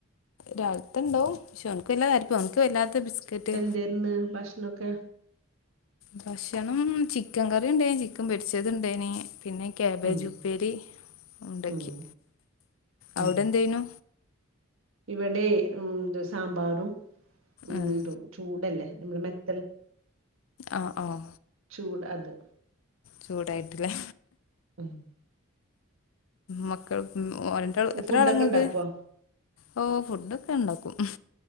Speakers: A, on the left; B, on the right.
A: രാവിൽത്തെ ണ്ടാവും ശെ ഒൻക് <unintelligible> വല്ലാത്ത ബിസ്ക്കറ്റ്
B: തര്ന്ന് ഭക്ഷ്ണൊക്കെ
A: ഭക്ഷണം ചിക്കൻകറി ഉണ്ടേനി ചിക്കൻ പൊരിച്ചത്ണ്ടേനി പിന്നെ കാബേജുപ്പേരി
B: ഉം
A: ഉണ്ടാക്കി
B: ഉം
A: അവിടെന്തേനു
B: ഉം ഇവിടെ ഉം ഇത് സാമ്പാറും ഉം
A: ആഹ്
B: ഇതും ചൂടല്ലേ നമ്മുളെ മെത്തൽ
A: ആഹ് ആഹ്
B: ചൂട് അത്
A: ചൂടായിട്ടില്ലേ
B: <inaudible>
A: മക്കൾക്ക് ഓ രണ്ടാൾ എത്ര
B: ഫുഡൊക്കെ
A: ആള ഇങ്ങക്ക്
B: ഉണ്ടാക്കുവോ
A: ഓ ഫുഡക്കെ ണ്ടാക്കും ഉം